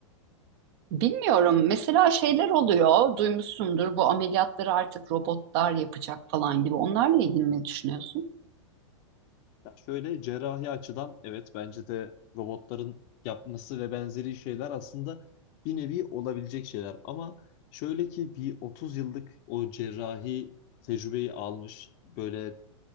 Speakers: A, on the right; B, on the left.
A: Bilmiyorum mesela şeyler oluyor duymuşsundur bu ameliyatları artık robotlar yapacak falan gibi. Onlarla ilgili ne düşünüyorsun?
B: Ya şöyle cerrahi açıdan evet bence de robotların yapması ve benzeri şeyler aslında bir nevi olabilecek şeyler. Ama şöyle ki bir 30 yıllık o cerrahi tecrübeyi almış böyle